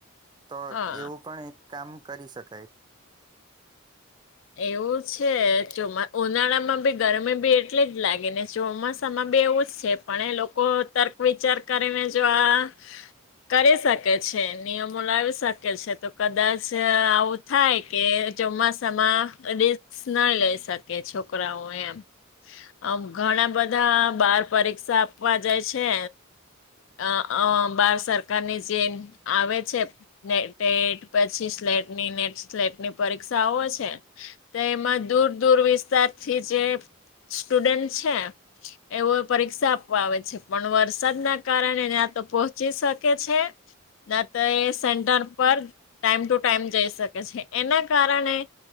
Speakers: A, on the right; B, on the left.
A: તો
B: હા
A: એવું પણ એક કામ કરી શકાય.
B: એવું છે. ચોમા ઉનાળામાં બી ગરમી બી એટલી જ લાગે ને, ચોમાસામાં બી એવું જ છે. પણ એ લોકો તર્ક વિચાર કરી ને જો આ કરી શકે છે. નિયમો લાવી શકે છે, તો કદાચ આવું થાય કે ચોમાસામાં રિસ્ક ન લઈ શકે. છોકરાઓ એમ. આમ ઘણા બધા બાહર પરીક્ષા આપવા જાય છે્. અ અ બાહર સરકારની જેમ આવે છે. ને ટેટ પછી સ્લેટની નેટ સ્લેટની પરીક્ષાઓ છે. તો એમાં દૂર દૂર વિસ્તારથી જે સ્ટુડન્ટ છે. એવો પરીક્ષા આપવા પણ વરસાદના કારણેનેં તો પહોંચી શકે છે. ના તો એ સેન્ટર પર ટાઈમ ટુ ટાઈમ જઈ શકે છે. એના કારણે